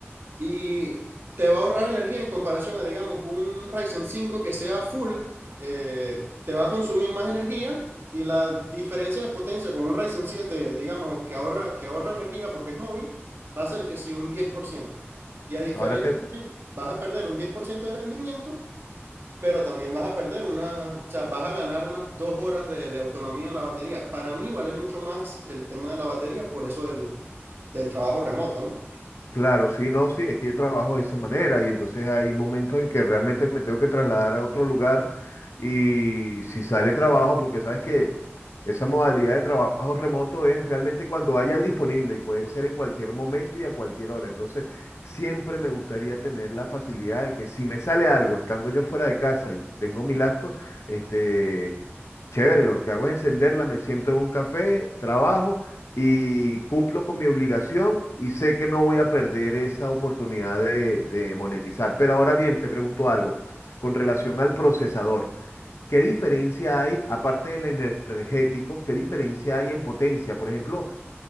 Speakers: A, on the right (about 55°); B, on the left (about 80°).
A: y te va a ahorrar energía en comparación a, digamos, un Ryzen cinco que sea full, eh, te va a consumir más energía y la diferencia de potencia con un Ryzen siete digamos, que ahorra, que ahorra energía porque es móvil, va a ser que sí un diez por ciento Y a diferencia
B: Ahora te,
A: que vas a perder un 10% de rendimiento, pero también vas a perder una, o sea, vas a ganar unas dos horas de, de autonomía en la batería. Para mí vale mucho más el tema de la batería, por eso del, del trabajo remoto, ¿no?
B: Claro, sí, no, sí, es que yo trabajo de esa manera y entonces hay momentos en que realmente me tengo que trasladar a otro lugar y si sale trabajo, porque sabes que esa modalidad de trabajo remoto es realmente cuando haya disponible y puede ser en cualquier momento y a cualquier hora. Entonces, siempre me gustaría tener la facilidad de que si me sale algo estando yo fuera de casa y tengo mi lacto, este, chévere, lo que hago es encenderla, me siento en un café, trabajo y cumplo con mi obligación y sé que no voy a perder esa oportunidad de, de monetizar. Pero ahora bien, te pregunto algo con relación al procesador. ¿Qué diferencia hay, aparte del energético, qué diferencia hay en potencia? Por ejemplo,